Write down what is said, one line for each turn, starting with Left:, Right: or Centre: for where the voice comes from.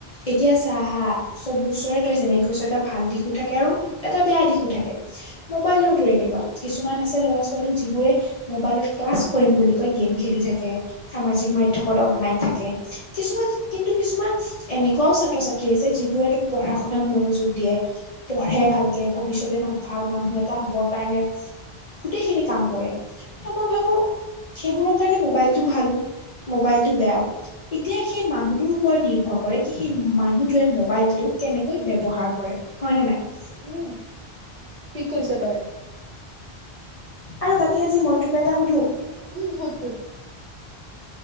Left: এতিয়া চা হা চব বস্তুৰে তই যেনেকে কৈছ, এটা ভাল দিশো থাকে, আৰু এটা বেয়া দিশো থাকে। মোবাইলৰ তোৰ এনেকুৱা কিছুমান আছে ল'ৰা-ছোৱালী যিবোৰে মোবাইলত ক্লাছ কৰিম বুলি কৈ, গেম খেলি থাকে। সামাজিক মাধ্যমত অনলাইন থাকে, কিছুমান কিন্তু কিছুমান এনেকুৱাও ছাত্ৰ-ছাত্ৰী আছে, যিবোৰে তোক পঢ়া শুনাত মনোযোগ দিয়ে। পঢ়ে ভালকে। ভৱিষ্যতে ভাল মানুহ এটা হ'বৰ কাৰণে গোটেইখিনি কাম কৰে। ত' মই ভাবো সেইবোৰৰ কাৰণে মোবাইলটো ভালো। মোবাইলটো বেয়াও। এতিয়া সেই মানুহটোৰ ওপৰত নিৰ্ভৰ কৰে, কি সেই মানুহটোৱে মোবাইলটো কেনেকৈ ব্যৱহাৰ কৰে। হয় না নাই?
Right: উম। ঠিক কৈছ তই।
Left: আৰু বাকী আজি মই তোক এটা সুধো?
Right: উম। সোধ সোধ।